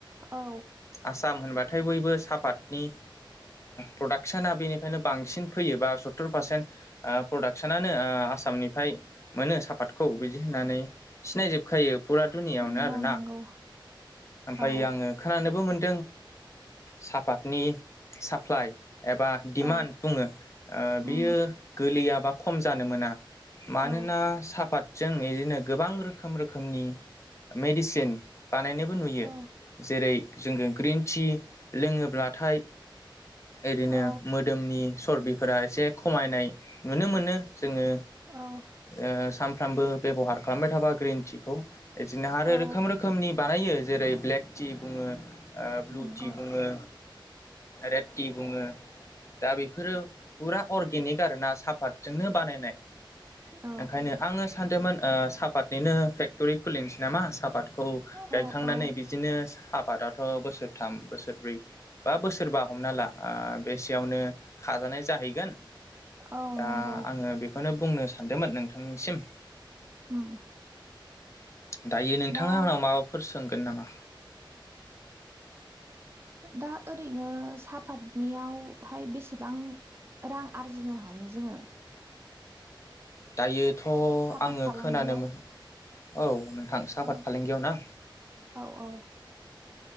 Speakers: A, on the right; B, on the left.
A: औ
B: आसाम होनबा थाय बयबो सापातनि प्रडाक्सना बेनिफ्रायनो बांसिन फैयोबा स यातोर प्रदाक्सनानो आसामनिफ्राय ओ मोनो सापातखौ बिदि होननानै सिनायजोबखायो फुरा दुनियावनो
A: नंगौ
B: आरोना।
A: नंगौ
B: ओमफ्राय
A: औ
B: आङो खोनानोबो मोन ओ सापतनि साप्लाइ एबा दिडिमान्ड
A: औ
B: बुङो
A: उम
B: बियो गोलैयाबा खम जानो मोना। मानोना
A: औ
B: साहापातजों बिदिनो गोबां रोखोम रोखोमनि मेडिसिन बानायनोबो नुयो
A: औ
B: जेरै जोङो ग्रिन टि लोङोब्लाथाय ओरैनो
A: औ
B: मोदोमनि सबिफोरा एसे खमायनाय नुनो मोनो। जोङो
A: औ
B: ओ सानफ्रामबो बेबहार खालामबाय थाबा ग्रिन टिखौ बिदिनो आरो
A: औ
B: रोखोम रोखोमनि बानायो जेरै ब्लेक टि बुङो। ब्लु
A: नंगौ
B: टि बुङो रेड टि बुङो। दा बेफोरो फुरा अरगेनिक आरोना सापातजोंनो बानायनाय।
A: औ
B: ओंखायनो आङो सानदोंमोन सापातनिनो फेक्टरि खुलिनोसै नामा सापात खौ
A: औ
B: गायखांनानै
A: औ
B: बिदिनो साफ फादथ' बोसोरथाम बोसोरब्रै बा बोसोरबा हमना ला बेसेयावनो खा नाय जाहैगोन ओ
A: औ
B: दा
A: नंगौ
B: आङो बेखौनो बुंनो सानदोंमोन नोंथांनिसिम।
A: उम
B: दायो नोंथाङा
A: दा
B: आंनाव माबाफोर सोंगोन नामा?
A: दा ओरैनो साहापातनियावहाय बेसेबां? रां आरजिनो हायो जोङो।
B: दायोथ'
A: सापात
B: आङो
A: फालांगियाव
B: खोनानो औ नोंथां साहा
A: औ
B: आफाद फालांगियाव ना?
A: औ औ